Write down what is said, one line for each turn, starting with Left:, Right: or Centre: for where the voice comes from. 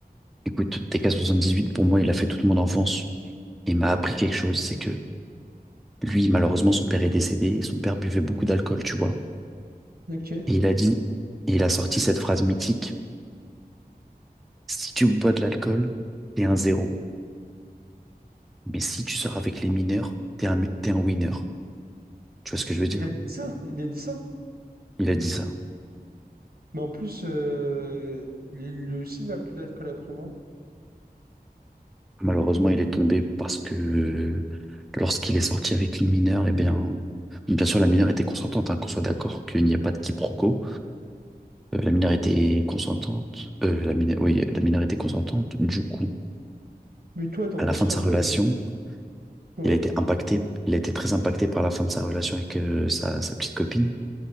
Centre: Écoute, TK78, pour moi, il a fait toute mon enfance et m'a appris quelque chose. C'est que lui, malheureusement, son père est décédé et son père buvait beaucoup d'alcool, tu vois.
Right: Ok.
Centre: Et il a dit, et il a sorti cette phrase mythique, si tu bois de l'alcool, t'es un zéro. Mais si tu sors avec les mineurs, t'es un, t'es un winner. Tu vois ce que je veux dire?
Right: Il a dit ça, il a dit ça.
Centre: Il a dit ça.
Right: Mais en plus, euh, lui aussi, il a bu de l'alcool après, non?
Centre: Malheureusement, il est tombé parce que lorsqu'il est sorti avec une mineure, eh bien, bien sûr, la mineure était consentante, hein, qu'on soit d'accord qu'il n'y a pas de quiproquo. Euh, la minorité consentante, euh, la mine- oui, la minorité consentante, du coup,
Right: Mais toi, t'en
Centre: à
Right: penses
Centre: la fin
Right: quoi,
Centre: de sa
Right: toi?
Centre: relation,
Right: Tu... Ouais.
Centre: il a été impacté, il a été très impacté par la fin de sa relation avec euh, sa, sa petite copine.